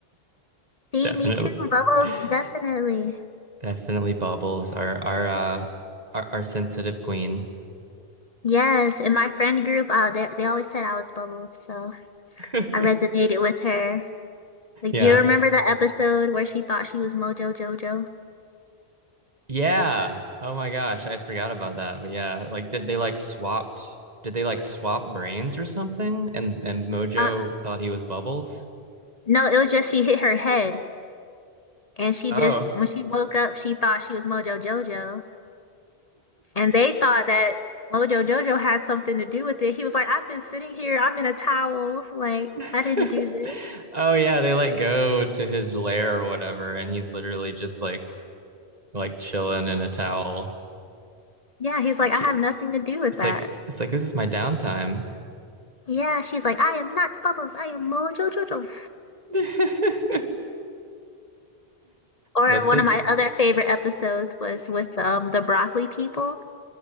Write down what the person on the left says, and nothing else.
See,
me too. Bubbles,
definitely.
Yes, in my friend group, uh, they they always said I was Bubbles, so
I resonated with her. Like,
do you remember the episode where she thought she was Mojo Jojo?
Uh,
no, it was just she hit her head, and she
just when she woke up, she thought she was Mojo Jojo, and they thought that Mojo Jojo had something to do with it. He was like, "I've been sitting here, I'm in a towel, like
I didn't do this."
Yeah, he was like, "I
have nothing to do with
that."
Yeah, she's like, "I am not Bubbles, I am Mojo Jojo."
Or
one
of my other favorite episodes was with um the broccoli people.